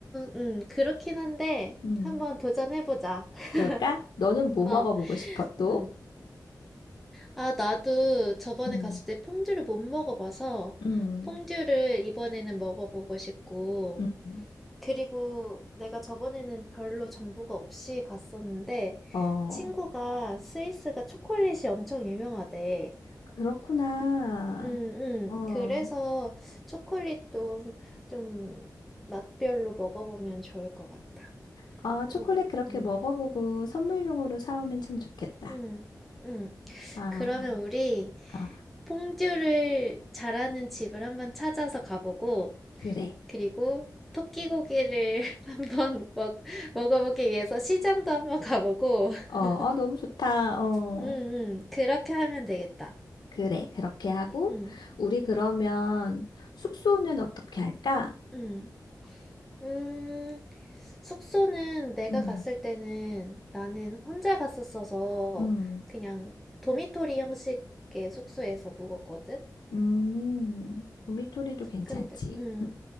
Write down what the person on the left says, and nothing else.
음,
그럴까? 너는 뭐
먹어보고 싶어, 또?
음,
음,
음.
어,
그렇구나.
어,
아, 초콜릿
그렇게 먹어보고 선물용으로 사오면 참 좋겠다.
아,
아,
그래.
어, 어,
너무 좋다. 어,
그래. 그렇게 하고,
우리 그러면 숙소는 어떻게 할까?
음,
음,
음, 도미토리도 괜찮지.
음,